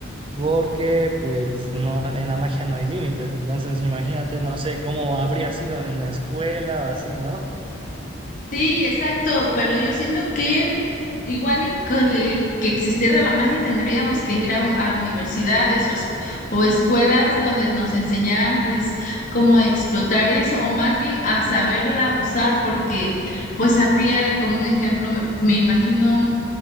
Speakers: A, on the right; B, on the left.
A: Porque pues no, en la magia no hay límites. Entonces imagínate, no sé cómo habría sido en la escuela o así, ¿no?
B: Sí, exacto, pero yo siento que igual y que, que existiera la magia tendríamos que ir a, u- a universidades o, es- o escuelas donde nos enseñaran pues cómo explotar eso o más bien a saberla usar porque pues habría como un ejemplo, me, me imagino,